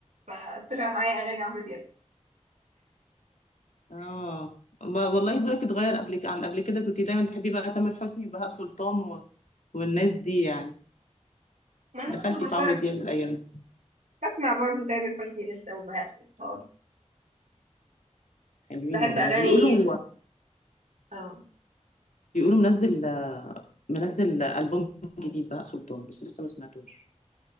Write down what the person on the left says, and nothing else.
اه ب- والله ذوقك اتغير قبل ك- عن قبل كده كنت دايما تحبي بقى تامر حسني وبهاء سلطان و... والناس دي يعني
دخلتي
في عمرو دياب الايام دي
حلوين
والله
بيقولوا
بيقولوا منزل منزل البوم جديد بهاء سلطان بس لسه ما سمعتوش